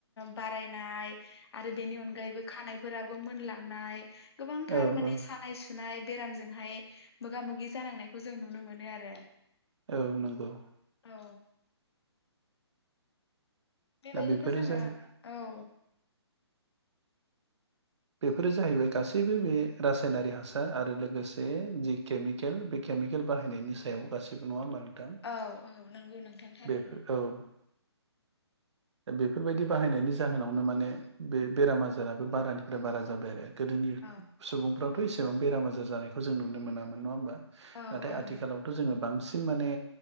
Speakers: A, on the left; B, on the right.
A: बारायनाय आरो बेनि अनगायैबो खानाय फोराबो मोनलांनाय गोबांथार
B: औ
A: माने
B: औ
A: सानाय सुनाय बेरामजोंहाय मोगा मोगि जानांनायखौ जों नुनो मोनो आरो।
B: औ नंगौ
A: औ बेबायदिनो
B: दा बेफोरो
A: जोंङो
B: जाहै
A: औ <inaudible>
B: बेफोरो जाहैबाय गासैबो बे रासायनारि हासार आरो लोगोसे जि केमिकेल बे केमिकेल बाहायनायनि सायाव गासिबो नङा होमबा नोथां
A: औ औ नंगौ नोंथां थारैनो
B: बेफोर औ बेफोरबायदि बाहायनायनि जाहोनावनो माने बे बेरामा बेमाराबो बारानिफ्राय बारा जाबाय आरो गोदोनि
A: औ
B: सुबुंफ्राथ' एसेबां बेराम आजार जानायखौ जों नुनो मोनामोन नङा होमबा।
A: औ
B: नाथाय
A: औ
B: आथिखालावथ' जोंङो बांसिन माने